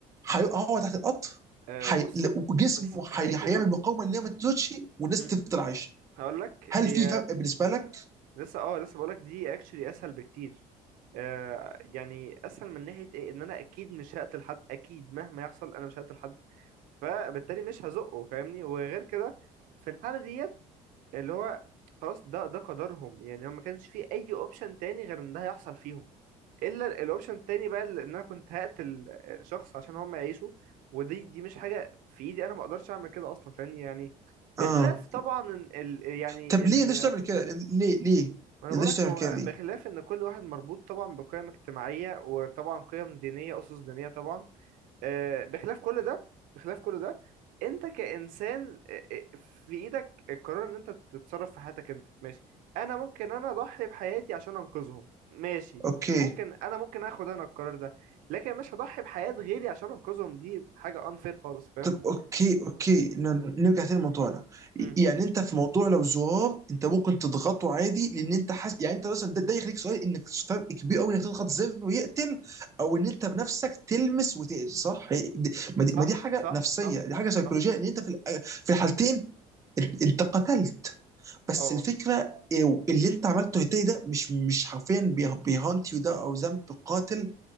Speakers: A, on the right; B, on the right.
A: هي- هو تحت القطر
B: آه
A: حي...
B: بص
A: جسمه
B: بس
A: حي...
B: هي كده
A: هيعمل مقاومه ان هي ما تزودش والناس
B: امم
A: تفضل عايشه
B: هقول لك هي
A: هل في فرق بالنسبه لك؟
B: لسه اه لسه بقول لك دي اكشلي اسهل بكتير آه يعني اسهل من ناحيه ايه ان انا اكيد مش هقتل حد اكيد مهما يحصل انا مش هقتل حد فبالتالي مش هزقه فاهمني وغير كده في الحاله ديت اللي هو خلاص ده ده قدرهم يعني هو ما كانش فيه اي اوبشن تاني غير ان ده هيحصل فيهم الا الاوبشن التاني بقى اللي- ان انا كنت هقتل شخص عشان هم يعيشوا ودي دي مش حاجه في ايدي انا ما اقدرش اعمل كده اصلا فاهمني يعني بخلاف
A: اه
B: طبعا إن ال يعني
A: طب
B: ال
A: ليه ليش تعمل كده؟ ليه ليه؟
B: ما انا
A: ليش
B: بقولك
A: تعمل
B: هو
A: كده ليه؟
B: بخلاف ان كل واحد مربوط طبعا بقيم اجتماعيه وطبعا قيم دينيه اسس دينيه طبعا آه، بخلاف كل ده بخلاف كل ده انت كإنسان آه، آه، في ايدك القرار ان انت تتصرف في حياتك انت ماشي انا ممكن انا اضحي بحياتي عشان انقذهم ماشي
A: اوكي
B: ممكن انا ممكن اخد انا القرار ده لكن مش هضحي بحياة غيري عشان انقذهم دي حاجة unfair خالص فاهم
A: طب اوكي اوكي ن- نرجع تاني لموضوعنا
B: امم
A: يعني انت في موضوع لو زرار انت ممكن تضغطه عادي لان انت حاسس يعني انت مثلا ده, ده يخليك سؤال انك فرق كبير قوي انك تضغط زر ويقتل او ان انت بنفسك تلمس وتأذي صح؟ هي- دي- ما دي,
B: صح
A: ما دي حاجه
B: صح
A: نفسيه
B: صح
A: دي حاجه سيكولوجيه
B: صح
A: ان انت في الأ- في الحالتين انت انت قتلت بس
B: اه
A: الفكره إيه، اللي انت عملته تاني ده مش مش حرفيا بيه- بيهانت يو ده او ذنب قاتل